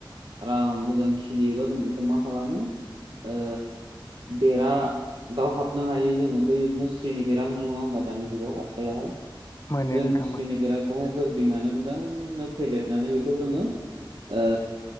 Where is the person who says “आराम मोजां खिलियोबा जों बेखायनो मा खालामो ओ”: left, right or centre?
Right